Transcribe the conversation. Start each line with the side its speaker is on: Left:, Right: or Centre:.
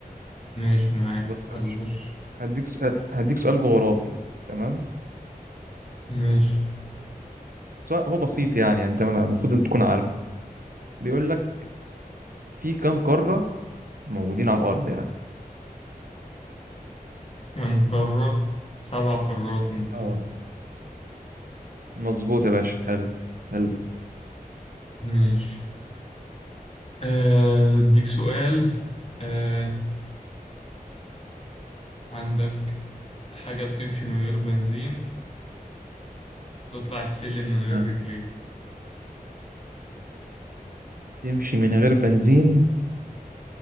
Left: ماشي معايا
Right: بص
Left: يلا
Right: يا باشا
Left: خش
Right: هديك سؤال هديك سؤال جغرافي تمام
Left: ماشي
Right: سؤال هو بسيط يعني يعني انت المفروض ان تكون عارف بيقول لك في كام قاره موجودين على الارض يعني
Left: كام قارة سبع قارات المفروض
Right: اه مظبوط يا باشا حلو حلو
Left: ماشي آه، أديك سؤال آه، عندك حاجة بتمشي من غير بنزين تطلع السلم
Right: تمام
Left: من غير رجلين
Right: تمشي من غير بنزين